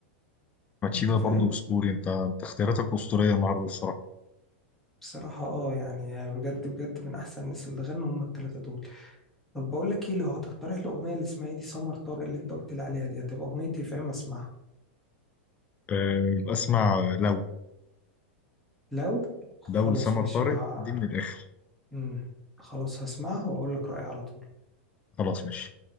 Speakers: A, on the left; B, in the centre.
A: ماتشيفا
B: أنت فاهم؟
A: برضه أسطوري أنت أنت اختياراتك أسطورية النهاردة الصراحة
B: بصراحة اه يعني بجد بجد من أحسن الناس اللي غنوا هم التلاتة دول طب بقول لك ايه لو هتقترح لي اغنيه لاسماعيلي سمر طارق اللي انت قلت لي عليها دي هتبقى اغنيتي في اما اسمعها
A: أه بسمع لو
B: لو خلاص
A: لو لسمر
B: ماشي
A: طارق
B: بقى
A: دي من الآخر
B: امم خلاص هسمعها واقول لك رايي على طول
A: خلاص ماشي